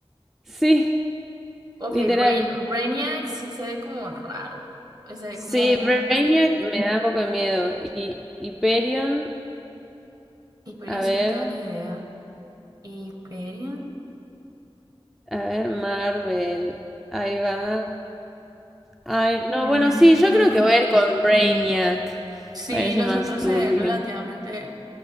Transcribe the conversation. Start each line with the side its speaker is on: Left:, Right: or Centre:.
Centre: sí,
Right: Ok,
Centre: literal.
Right: Bra- Brainiac sí se ve como raro. O sea, como.
Centre: Sí, Brainiac me da un poco de miedo. Y Hyperion,
Right: Hyperion,
Centre: a ver,
Right: sí, no tengo ni idea. Hyperion.
Centre: a ver, Marvel. Ahí va. Ay, no,
Right: Mm,
Centre: bueno, sí, yo creo que voy a ir con Brainiac.
Right: sí,
Centre: Parece
Right: los
Centre: más
Right: otros
Centre: turbio.
Right: se ven relativamente